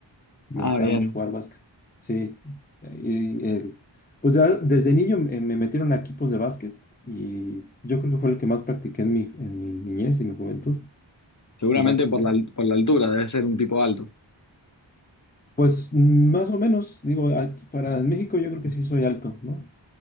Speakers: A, on the left (about 20°); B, on the left (about 40°).
A: Me
B: Ah,
A: gustaba
B: bien.
A: mucho jugar básquet. Sí. Y el, pues ya desde niño me me metieron a equipos de básquet y yo creo que fue lo que más practiqué en mi, en mi niñez y mi juventud,
B: Seguramente
A: el básquetbol.
B: por la, por la altura, debe ser un tipo alto.
A: Pues mm, más o menos, digo, aquí para en México yo creo que sí soy alto, ¿no?